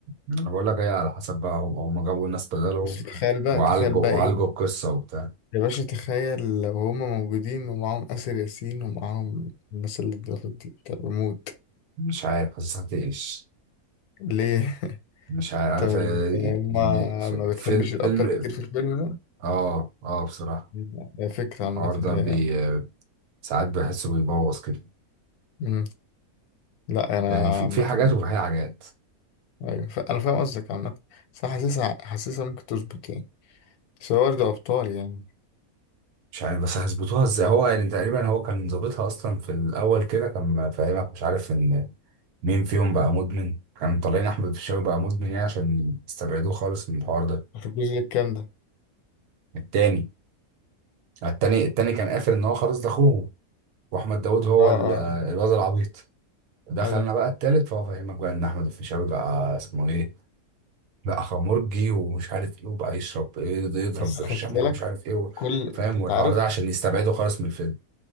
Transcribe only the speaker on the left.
بس تخيل بقى
تخيل بقى
إيه
يا باشا تخيل لو هم موجودين ومعاهم آسر ياسين ومعاهم الناس اللي اتضافت دي طب بموت
ليه؟ <laughs>
طب
هم
ما
بتحبش
الأبطال
كتير في الفيلم ده؟
لا، هي فكرة عامة
هي
يعني
مم. لا أنا
عامة
أيوة ف- أنا فاهم قصدك عامة بس أنا حاسسها حاسسها ممكن تظبط يعني بس هو برضه أبطال يعني
في الجزء الكام ده؟
اه
اه
ايوه
بس
<laughs> خدت بالك
كل
انت
عارف